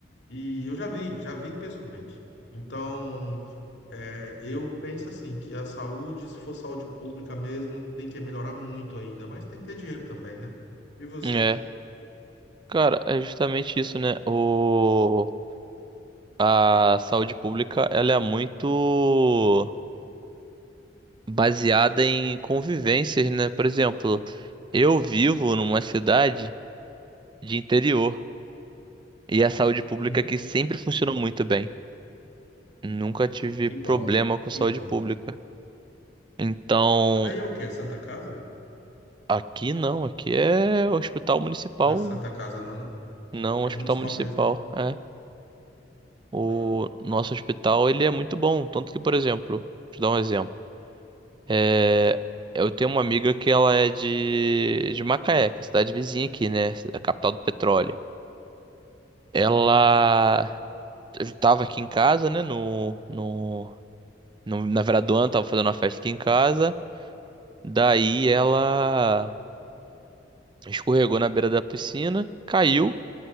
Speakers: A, on the left; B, on the right.
A: E eu já vi, já vi pessoalmente. Então, é, eu penso assim, que a saúde, se for saúde pública mesmo, tem que melhorar muito ainda, mas tem que ter dinheiro também, né? E você?
B: É, cara, é justamente isso, né? O... A saúde pública, ela é muito baseada em convivências, né? Por exemplo, eu vivo numa cidade de interior e a saúde pública
A: Uhum.
B: aqui sempre funcionou muito bem. Nunca tive
A: Que
B: problema
A: bom,
B: com saúde
A: que bom.
B: pública. Então,
A: Aí é o quê? É Santa Casa?
B: aqui não, aqui é hospital municipal,
A: Não é Santa Casa não, né?
B: não
A: É
B: hospital
A: municipal
B: municipal,
A: mesmo, né?
B: é. O
A: Tá.
B: nosso hospital, ele é muito bom, tanto que, por exemplo, te dar um exemplo. É, eu tenho uma amiga que ela é de, de Macaé, que é a cidade vizinha aqui, né, a capital do petróleo. Ela
A: Uhum.
B: estava aqui em casa, né, no, no, no- na Veradoana, tava fazendo uma festa aqui em casa. Daí ela Escorregou na beira da piscina, caiu,